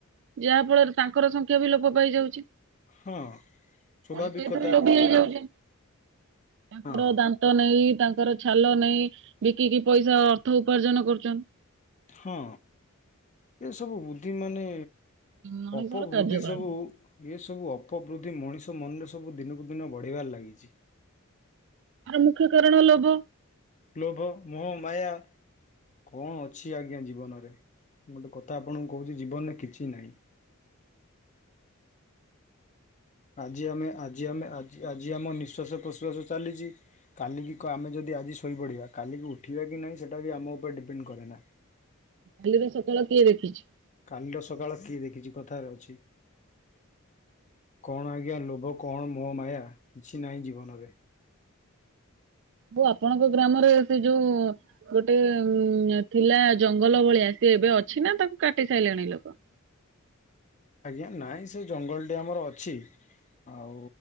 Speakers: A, on the right (about 60°); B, on the left (about 35°).
A: ଯାହା ଫଳରେ ତାଙ୍କର ସଂଖ୍ୟା ବି ଲୋପ ପାଇଯାଉଛି।
B: ହଁ ସ୍ୱାଭାବିକ
A: ମଣିଷ ଏଥିରୁ
B: କଥା
A: ଲୋଭି
B: ଆପଣ
A: ହେଇଯାଉଛି।
B: କହୁଛନ୍ତି
A: ତାଙ୍କର
B: ହଁ
A: ଦାନ୍ ଦାନ୍ତ ନେଇ ତାଙ୍କର ଛାଲ ନେଇ ବିକିକି ପଇସା ଅର୍ଥ ଉପାର୍ଜନ କରୁଛନ୍ତି।
B: ହଁ। ଏ ସବୁ ବୁଦ୍ଧି ମାନେ
A: ମଣିଷର
B: ଅପ ବୃଦ୍ଧି
A: କାର୍ଯ୍ୟକଳାପ
B: ସବୁ ଏସବୁ ଅପବୃଦ୍ଧି ମଣିଷ ମନରେ ସବୁ ଦିନକୁ ଦିନ ବଢ଼ିବାରେ ଲାଗିଛି।
A: ଆରେ ମୁଖ୍ୟ କାରଣ ଲୋଭ।
B: ଲୋଭ ମୋହ ମାୟା କଣ ଅ ଛି ଆଜ୍ଞା ଜୀବନରେ ମୁଁ ଗୋଟେ କଥା ଆପଣଙ୍କୁ କହୁଛି ଜୀବନରେ କିଛି ନାହିଁ। ଆଜି ଆମେ ଆଜି ଆମେ ଆଜି ଆଜି ଆମ ନିଃଶ୍ଵାସ ପ୍ରଶ୍ଵାସ ଚାଲିଛି। କାଲିକି ଆମେ ଯଦି ଆଜି ଶୋଇପଡ଼ିବା କାଲିକି ଉଠିବା କି ନାହିଁ ସେଇଟା ବି ଆମ ଉପରେ ଡିପେଣ୍ଡ କରେ ନା।
A: କାଲି ର ସକାଳ କିଏ ଦେଖିଛି?
B: କାଲିର ସକାଳ କିଏ ଦେଖିଛି କଥାରେ ଅଛି। କଣ ଆଜ୍ଞା ଲୋଭ କଣ ମୋହ ମାୟା କିଛି ନାହିଁ ଜୀବନରେ।
A: କିନ୍ତୁ ଆପଣଙ୍କ ଗ୍ରାମରେ ଏବେ ଯୋଉ ଗୋଟେ ଥିଲା ଜଙ୍ଗଲ ଭଳିଆ ସିଏ ଏବେ ଅଛି ନା ତାକୁ କାଟି ସାରିଲେଣି ଲୋକ।
B: ଆଜ୍ଞା ନାଇଁ ସେ ଜଙ୍ଗଲଟି ଆମର ଅଛି। ଆଉ